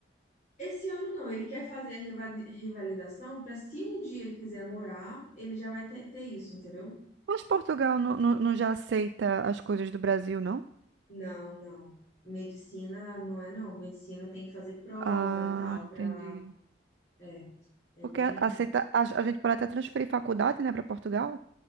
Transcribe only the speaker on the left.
Esse ano não, ele quer fazer a revali- revalidação para se um dia ele quiser morar, ele já vai ter, ter isso, entendeu?
Não, não. Medicina não é não. Medicina tem que fazer prova
e tal
para é, é
bem